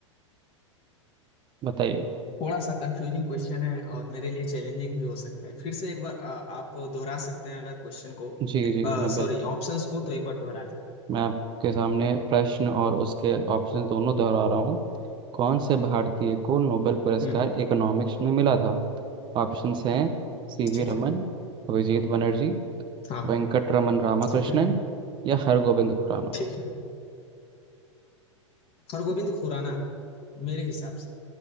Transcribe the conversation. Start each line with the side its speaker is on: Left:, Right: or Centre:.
Right: बताइए
Left: थोड़ा सा कंफ्यूजिंग क्वेश्चन है और मेरे लिए चैलेंजिंग भी हो सकता है फिर से एक बार अ, आप दोहरा सकते हैं अगर क्वेश्चन को
Right: जी जी मैं बिल्कुल
Left: सॉरी ऑप्शंस को तो एक बार दोहरा दें
Right: मैं आपके सामने प्रश्न और उसके ऑप्शन दोनों दोहरा रहा हूँ कौन से भारतीय को नोबेल पुरस्कार
Left: हम्म
Right: इकोनॉमिक्स में मिला था ऑप्शंस हैं सीवी
Left: ठीक
Right: रमन
Left: है
Right: अभिजीत बनर्जी
Left: हाँ
Right: वेंकट रमन रामकृष्णन
Left: ठीक है
Right: या हरगोविंद खुराना
Left: ठीक है हरगोविंद खुराना मेरे हिसाब से